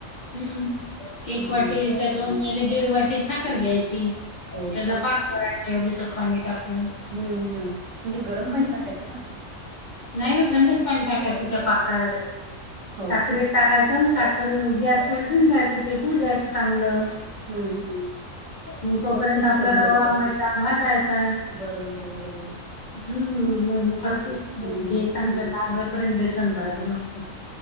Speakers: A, on the left; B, on the right.
A: हम्म एक
B: हम्म
A: वाटी त्या दोन याले दीड वाटी साखर घ्यायची
B: हो
A: त्याचा
B: का
A: पाक कराय तेवढच पाणी टाकून
B: हम्म हम् म्हणजे गरम
A: हम्म.
B: पाणी टाकायचं का
A: नाही म थंडच पाणी टाकायचं त्या पाकात
B: हम्म. हो
A: साखर
B: का
A: टाकायचं आणि साखर गॅसवरर ठवून द्यायचं तेपू द्यायचं चांगलं
B: हम्म हम्म
A: मग तोपर्यंत
B: बघते ना
A: आपला
B: करून
A: रवा
B: बघते
A: मैद हा जायचा आहे
B: बरोबर, बरोबर.
A: हम्म म्हणजे खरपूर
B: हम्म
A: चांगलं लादवईपर्यंत बेसन भाज मस्त